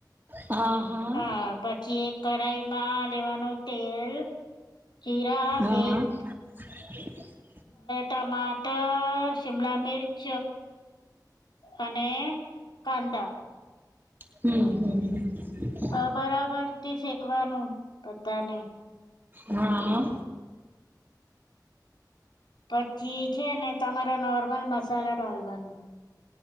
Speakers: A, on the right; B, on the left.
A: હા હા
B: હ પછી એક કઢાઈમાં લેવાનું તેલ જીરા
A: હા
B: હિંગ.
A: <inaudible>
B: ટમાટ ત શિમલા મિરચ અને કાંદા.
A: હમ હમ.
B: અ બરાબરથી શેકવાનું પતાને.
A: હા.
B: પછી છે ને તમારા નોર્મલ મસાલા ડાલવાનું.